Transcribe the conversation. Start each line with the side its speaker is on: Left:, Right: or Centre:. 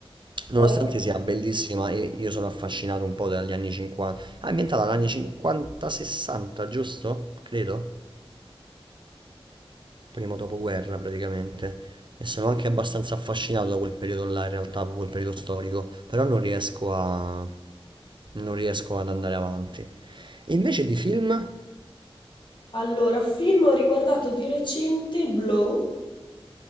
Right: Nonostante
Left: Poi-
Right: sia bellissima, e io sono affascinato un po' dagli anni 50. Ah, è ambientata dagli anni 50-60, giusto? Credo primo dopoguerra praticamente, e sono anche abbastanza affascinato da quel periodo là, in realtà, da quel periodo storico, però non riesco a... non riesco ad andare avanti. E invece di film,
Left: Allora, film ho riguardato di recente Blow,